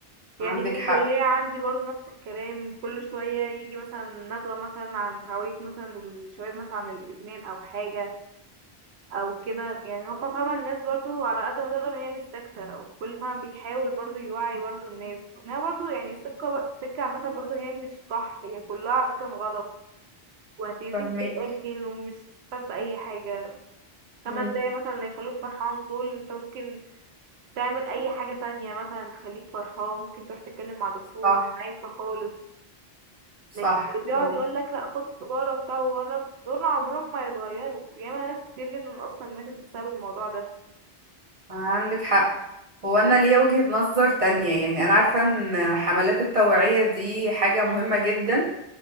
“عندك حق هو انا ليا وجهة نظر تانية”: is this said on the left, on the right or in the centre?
Right